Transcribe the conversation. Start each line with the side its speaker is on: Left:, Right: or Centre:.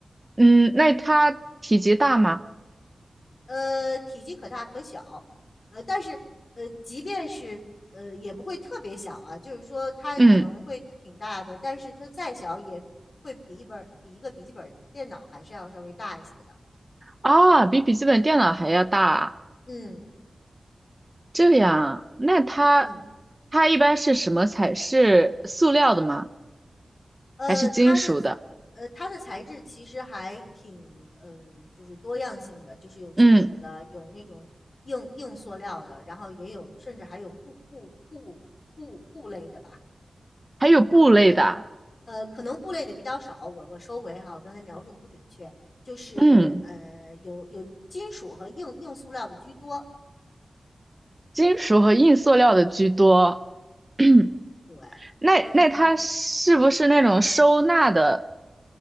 Right: 嗯，那它体积大吗？
Left: 呃，体积可大可小，呃，但是呃，即便是呃，也不会特别小啊，就是说它可能会挺大的，
Right: 嗯，
Left: 但是它再小也会比一本比一个笔记本电脑还是要稍微大一些的。
Right: 啊，比笔记本电脑还要大啊
Left: 嗯
Right: 这样，那它
Left: 嗯。
Right: 它一般是什么材？是塑料的吗？
Left: 呃，
Right: 还是金属的？
Left: 它的呃它的材质其实还挺呃就是多样性的，就是有金属的，
Right: 嗯，
Left: 有那种硬硬塑料的，然后也有甚至还有布布布布布类的吧。
Right: 还有布类的啊，
Left: 呃，可能布类的比较少，我我收回哈，我刚才描述的不准确，就是呃有有金属和硬硬塑料的居多。
Right: 嗯，金属和硬塑料的居多。<clears throat>
Left: 对，
Right: 那那它是不是那种收纳的？
Left: 嗯，